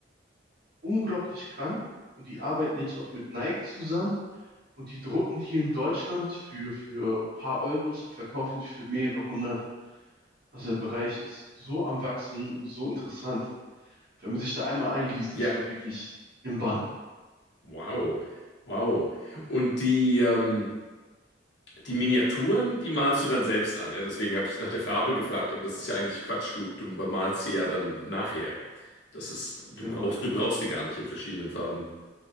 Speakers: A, on the right (about 55°); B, on the left (about 65°).
A: unglaublich krank und die arbeiten jetzt auch mit Nike zusammen und die drucken die hier in Deutschland für, für ein paar Euros und verkaufen die für mehrere hundert. Also der Bereich ist so am Wachsen und so interessant. Wenn man sich da einmal einliest,
B: Ja.
A: ist man wirklich im Bann.
B: Wow. Wow. Und die, ähm, die Miniaturen, die malst du dann selbst an. Ja, deswegen habe ich nach der Farbe gefragt, aber das ist ja eigentlich Quatsch. Du, du bemalst sie ja dann nachher. Das ist, du
A: Genau,
B: brauchst,
A: ja.
B: du brauchst die gar nicht in verschiedenen Farben.